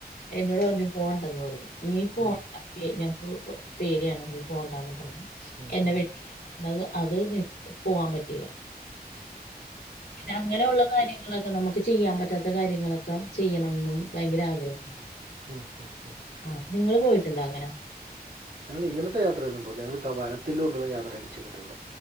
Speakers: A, on the left; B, on the right.
A: എന്നോട് പറഞ്ഞു പോണ്ടെന്ന് പറഞ്ഞു നീ പോണ്ട
B: ഉം
A: പെ ഞങ്ങൾക്ക് പേടിയാണ് നീ പോണ്ട പറഞ്ഞു
B: ഉം ഉം
A: എന്റെ വിട്ടില്ല അത് പോവാൻ പറ്റിയില്ല പിന്നെ അങ്ങനെയുള്ള കാര്യങ്ങള് നമുക്ക് ചെയ്യാൻ പറ്റാത്ത കാര്യങ്ങളൊക്കെ ചെയ്യണംന്നും ഭയങ്കര ആഗ്രഹം
B: <unintelligible>
A: ആഹ നിങ്ങള് പോയിട്ടുണ്ടോ അങ്ങനെ
B: ഞങ്ങൾ ഇങ്ങനത്തെ യാത്ര പോയിട്ടില്ല ഞങ്ങൾ വനത്തിലുള്ള യാത്രയൊക്കെ ചെയ്തിട്ടുണ്ട്